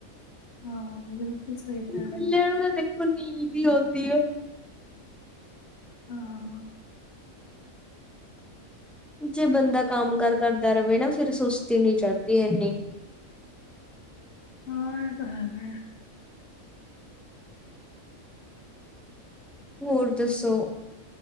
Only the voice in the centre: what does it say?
ਕੱਲਿਆਂ
ਨੂੰ ਤਾਂ, ਦੇਖੋ ਨੀਂਦ ਹੀ ਆਉਂਦੀਉਂ।
ਜੇ ਬੰਦਾ, ਕੰਮ- ਕਾਰ, ਕਰਦਾ ਰਹੇ ਨਾ। ਫੇਰ ਸੁਸਤੀ ਨੀ ਚੜਦੀ। ਇੰਨੀ।
ਹੋਰ ਦੱਸੋ।?